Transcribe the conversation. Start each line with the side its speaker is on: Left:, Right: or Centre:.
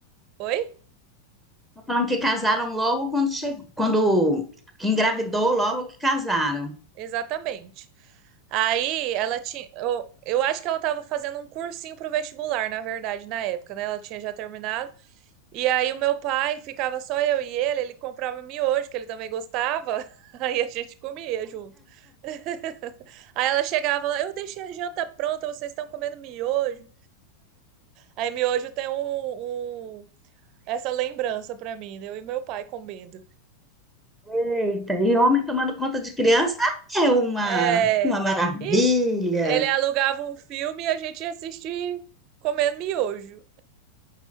Right: Oi?
Centre: Tô falando que casaram logo quando chegou, quando que engravidou, logo que casaram.
Right: Exatamente. Aí ela tinha. Eu, eu acho que ela estava fazendo um cursinho pro vestibular, na verdade, na época, né? Ela tinha já terminado. E aí o meu pai ficava só eu e ele, ele comprava miojo, que ele também gostava. <laughs> Aí a gente comia junto. <laughs> Aí ela chegava lá, eu deixei a janta pronta, vocês estão comendo miojo. Aí miojo tem um, um- essa lembrança pra mim, né? eu e meu pai comendo.
Centre: Eita, e homem tomando conta de criança é uma,
Right: É.
Centre: uma maravilha.
Right: Ixi, ele alugava um filme e a gente ia assistir comendo miojo.